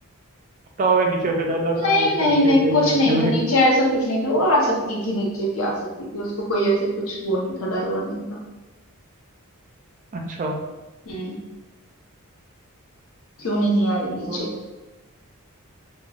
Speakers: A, on the right; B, on the left.
A: कुत्ता होगा नीचे उसे डर लग
B: नहीं
A: रहा होगा उसको
B: नहीं
A: नीचे
B: नहीं
A: इसलिए
B: कुछ
A: नहीं आती
B: नहीं
A: होगी
B: था नीचे ऐसा कुछ नहीं था वो आ सकती थी नीचे भी आ सकती थी उसको कोई ऐसे कुछ वो नहीं था डर वर नहीं था
A: अच्छा
B: हम्म क्यों नहीं आई नीचे
A: अ,